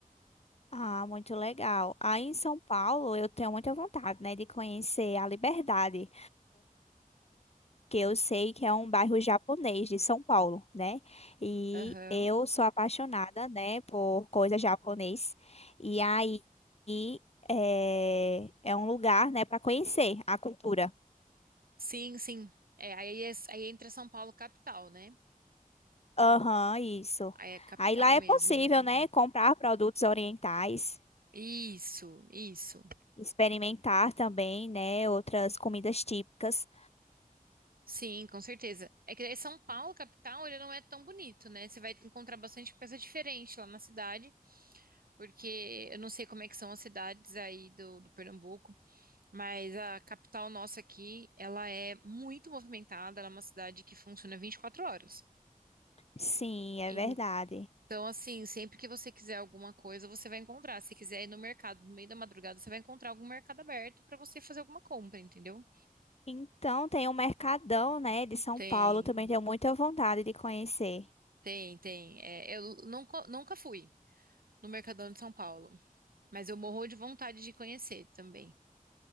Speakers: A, on the left (about 45°); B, on the right (about 75°).
A: Ah, muito legal. Aí em São Paulo eu tenho muita vontade, né, de conhecer a Liberdade. que eu sei que é um bairro japonês de São Paulo, né? E
B: Aham.
A: eu sou apaixonada, né, por coisa japonês. E aí e, é, é um lugar, né, para conhecer a cultura.
B: Sim, sim. É, aí, é- aí entra São Paulo capital, né?
A: Aham, isso.
B: Aí é capital
A: Aí lá
B: mesmo.
A: é possível, né, comprar produtos orientais,
B: Isso, isso.
A: experimentar também, né, outras comidas típicas.
B: Sim, com certeza. É que daí São Paulo capital, ele não é tão bonito, né? Você vai encontrar bastante coisa diferente lá na cidade, porque eu não sei como é que são as cidades aí do, do Pernambuco, Mas a capital nossa aqui, ela é muito movimentada, ela é uma cidade que funciona 24 horas.
A: Sim, é
B: Então,
A: verdade.
B: assim, sempre que você quiser alguma coisa, você vai encontrar. Se quiser ir no mercado no meio da madrugada, você vai encontrar algum mercado aberto para você fazer alguma compra, entendeu?
A: Então tem o Mercadão, né, de São
B: Tem,
A: Paulo, também tenho muita vontade de conhecer.
B: tem, tem. É, eu nunca, nunca fui no Mercadão de São Paulo, mas eu morro de vontade de conhecer também.